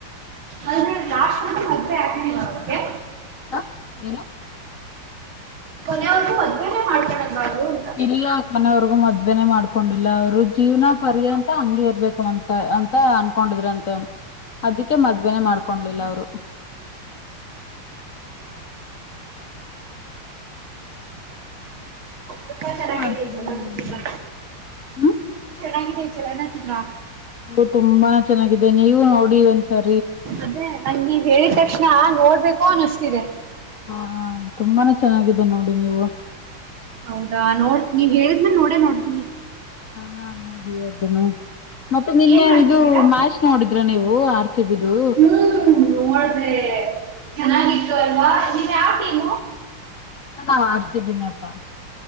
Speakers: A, on the right (about 80°); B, on the left (about 50°).
A: ಆದ್ರೆ ಲಾಸ್ಟ್ ವರೆಗೂ ಮದ್ವೆ ಆಗಿಲ್ವಾ ಅವ್ರಿಗೆ
B: ಹಾ ಏನ
A: ಕೊನೆವರೆಗೂ ಮದ್ವೆನೇ ಮಾಡ್ಕೊಳಲ್ವಾ ಅವರು ಅಂತ
B: ಇಲ್ಲ ಕೊನೆಯವರ್ಗೂ ಮದ್ವೆನೆ ಮಾಡ್ಕೊಂಡಿಲ್ಲ ಅವ್ರು ಜೀವನ ಪರ್ಯಂತ ಹಂಗಗೆ ಇರ್ಬೇಕು ಅಂತ ಅಂತ ಅನ್ಕೊಂಡಿದ್ರಂತೆ ಅದಕ್ಕೆ ಮದ್ವೆನೆ ಮಾಡ್ಕೊಂಡ್ಲಿಲ್ಲ ಅವ್ರು
A: ತುಂಬಾ ಚೆನ್ನಾಗಿದೆ
B: ಏನ್ ಮಾಡ್ತಿದ್ರಿ
A: ಚಲನಚಿತ್ರ
B: ನೀವು ಹ್ಮ
A: ಏಗಿದೆ ಚಲನ ಚಿತ್ರ
B: ನನಗೂ ತುಂಬಾನೆ ಚೆನ್ನಾಗಿದೆ ನೀವು ನೋಡಿ ಒಂದ್ ಸ
A: ಅದೇ ನನ್ ನೀವ್ ಹೇಳಿದ ತಕ್ಷಣ ನೋಡ್ಬೇಕು ಅನ್ನಿಸ್ತಿದೆ
B: ಹ ತುಂಬಾನೇ ಚೆನ್ನಾಗಿದೆ ನೋಡಿ ನೀವು
A: ಹೌದಾ ನೋಡ್ ನೀವ್ ಹೇಳಿದ್ಮೇಲೆ ನೋಡೇ ನೋಡ್ತೀನಿ.
B: ಹಾ ನೋಡಿ ಅದನ್ನ ಮತ್ತೆ ನಿನ್ನೆ
A: ಏನ್ ಮಾಡ್ತಿದ್ದೀರಾ
B: ಇದು ಮ್ಯಾಚ್ ನೋಡಿದ್ ಇದ್ರ ನೀವು ಆರ್ಸಿಬಿ ದು
A: ಹ್ಮ್ <unintelligible> ಚೆನ್ನಾಗಿತ್ತು ಅಲ್ವಾ ನೀವ್ ಯಾವ ಟೀಂ.
B: ನಾನು ಆರ್ಸಿಬಿನೆ ಅಪ್ಪಾ